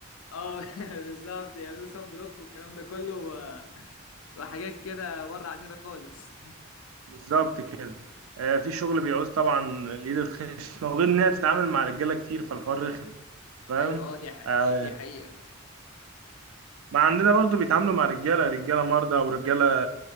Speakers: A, on the left; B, on the right.
A: اه <laughs> بالظبط يعملوا سب بلوك والكلام ده كله و- وحاجات كده بره عننا خالص
B: بالظبط كده آه، في شغل بيعوز طبعا اليد الخشنه وغير ان هي تتعامل مع رجاله كتير فالحوار رخم فاهم
A: ايوه اه دي حقيقة
B: آه،
A: دي حقيقة
B: ما عندنا برضو بيتعاملوا مع رجالة رجالة مرضى أو رجالة